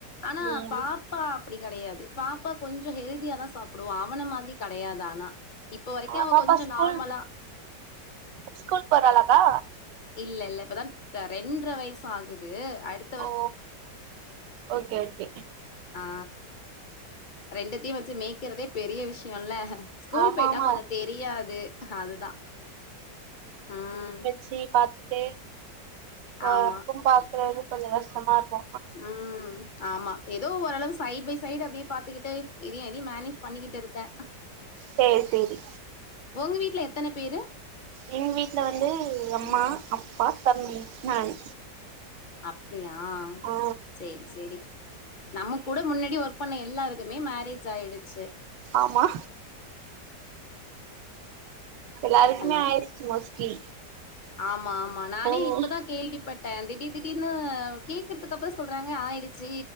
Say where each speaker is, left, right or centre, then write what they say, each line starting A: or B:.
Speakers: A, on the left; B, on the right.
A: ஆனா
B: ம்
A: பாக் பா அப்டி கெடையாது பாப்பா கொஞ்சோ ஹெல்தியா தா சாப்டுவா அவன மாதிரி கடையாது ஆனா இப்ப வரைக்கு
B: ஆ
A: அவ
B: பாப்பா
A: கொஞ்சோ
B: ஸ்கூல்
A: நார்மலா
B: ஸ்கூல் போறாலாக்கா
A: இல்ல இல்ல இப்பதா ரெண்ர வயசாகுது அடுத்
B: ஓ ஓகே ஓகே
A: ஆ ரெண்டுத்தியு வச்சு மேய்க்கிறதே பெரிய விஷியோல்ல ஸ்கூல்
B: ஆமா
A: பேய்ட்டா
B: ஆமா
A: கொஞ்சோ தெரியாது அதுதா ம்
B: சீ பாத்துட்டே ஆ
A: ஆமா
B: ஒர்க்கும்பாக்குறது கொஞ்சோ கஷ்டமா இருக்கு
A: ஆ ஆமா ஏதோ ஓரளவு சைட் பை சைடு அப்டியே பாத்துக்கிட்டு இதையு அதையு மேனேஜ் பண்ணிக்கிட்டு இர்க்க
B: சேர் சேரி
A: ஒங்க வீட்ல எத்தன பேரு
B: எங்க வீட்ல வந்து அம்மா அப்பா தம்பி நானு
A: அப்டியா
B: ஆ
A: சேரி சேரி நம்ம கூட முன்னாடி ஒர்க் பண்ண எல்லாருக்குமே மேரேஜ் ஆயிடுச்சு
B: ஆமா எல்லாருக்குமே
A: ஹலோ
B: ஆயிருச்சு மோஸ்ட்லி
A: ஆமா ஆமா நானே
B: ம்
A: இப்பதா கேள்விப்பட்ட திடீர் திடீனு கேக்குற த்துஅதுக்கப்றோ சொல்றாங்க ஆயிடுச்சு